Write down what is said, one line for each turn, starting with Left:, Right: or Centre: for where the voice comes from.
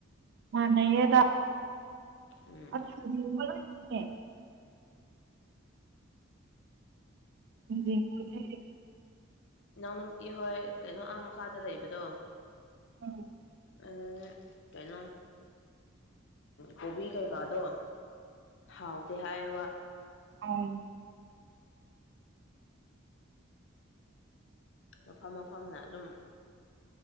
Right: ꯃꯥ ꯅ ꯑꯦꯗ
Left: ꯎꯝ
Right: ꯑꯣꯦ <inaudible>
Left: ꯏꯅꯥꯎꯅ ꯏ ꯍꯣꯏ ꯀꯩꯅꯣ ꯀꯀꯥꯗ ꯂꯩꯕꯗꯣ
Right: ꯑꯝ
Left: ꯑꯗꯨ ꯀꯩꯅꯣ ꯀꯣꯕꯤ ꯀꯩꯀꯥꯗꯣ ꯍꯥꯎꯇꯦ ꯍꯥꯏꯕ
Right: ꯑ
Left: ꯃꯐꯝ ꯃꯐꯝꯅ ꯑꯗꯨꯝ